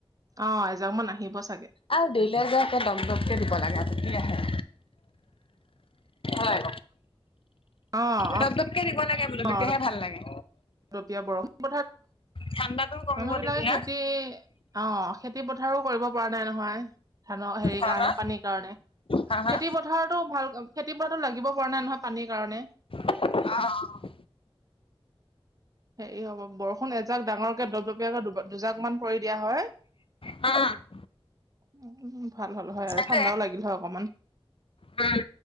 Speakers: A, on the right; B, on the left.
A: অ এজাক মান আহিব চাগে।
B: আৰু দিলেওঁ যে দপ দপকে দিব লাগে কি আহে। হয়
A: অ অ
B: দপ দপকে দিব লাগে বোলো
A: অ
B: তেতিয়াহে ভাল লাগে।
A: <unintelligible>
B: ঠাণ্ডাতো কমিব
A: মানুহ বিলাকে
B: তেতিয়া
A: খেতি অ খেতি পথাৰো কৰিব পৰা নাই নহয়। ধানৰ হেৰি
B: হা,
A: কাৰণে
B: হা,
A: পানীৰ কাৰণে,
B: হা, হা
A: খেতি পথাৰতো ভাল খেতি পথাৰটো লাগিব পৰা নাই নহয় পানীৰ কাৰণে।
B: অ'
A: হেৰি হ'ব বৰষুণ এজাক ডাঙৰকে দপদপিয়াকৈ দুজাক মান পৰি দিয়া হয়
B: উম
A: উ ভাল হ'ল হয় আৰু,
B: সেইটোৱে
A: ঠাণ্ডাও লাগিল হয় অকমান।
B: উম।